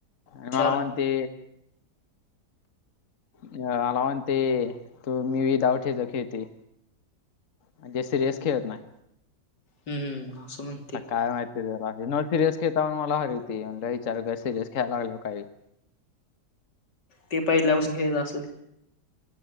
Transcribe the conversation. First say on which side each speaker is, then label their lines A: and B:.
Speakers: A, on the left; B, on the left.
A: आणि
B: हुशार
A: मला
B: आहे
A: म्हणते अ मला म्हणजे, तू मी विदाऊट ह्याच खेळते. म्हणजे सिरियस खेळत नाही.
B: हम्म हम्म असं म्हण
A: आता काय माहिती जरा, हे न सिरियस खेळता पण मला हरवती, म्हणल हीच्या बरोबर सिरियस खेळायला लागल्यावर काय होईल?
B: ते पहिल्यापासून खेळत असल.